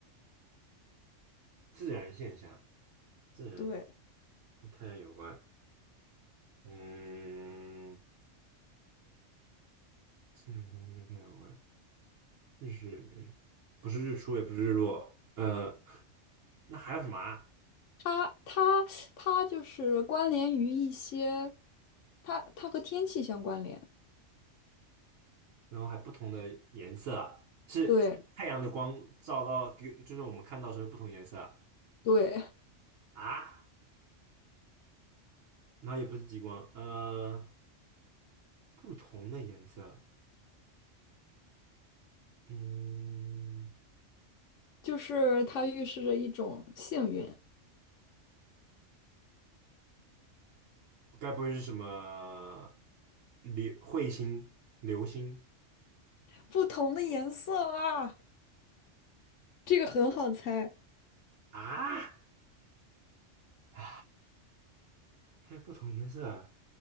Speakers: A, on the right; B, on the left.
A: 自然现象，自然现
B: 对，
A: 跟太阳有关。嗯，自然现象跟太阳有关。日是不是日出，也不是日落。呃，那还有什么啊？
B: 它，它，它就是关联于一些，它，它和天气相关联。
A: 然后还不同的颜色啊是太阳的光照到，
B: 对。
A: 给就是我们看到的时候不同颜色啊。
B: 对，
A: 啊然后也不是极光，呃，不同的颜色。嗯。
B: 就是它预示着一种幸运，
A: 该不会是什么呃流彗星、流星
B: 不同的颜色啊，这个很好猜。
A: 啊？啊，还有不同颜色，